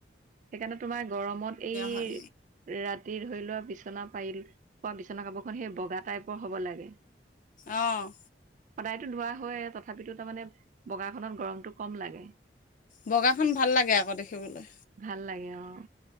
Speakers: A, on the right; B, on the left.
A: সেইকাৰণে তোমাৰ গৰমত এই
B: হয়
A: ৰাতি ধৰি লোৱা বিচনা পাৰি শুৱা বিচনা কাপোৰখন সেই বগা টাইপৰ হ'ব লাগে।
B: অঁ
A: সদায়তো ধোৱা হয়ে, তথাপিতো তাৰমানে বগাখনত গৰমটো কম লাগে।
B: বগাখন ভাল লাগে আকৌ দেখিবলৈ।
A: ভাল লাগে অ।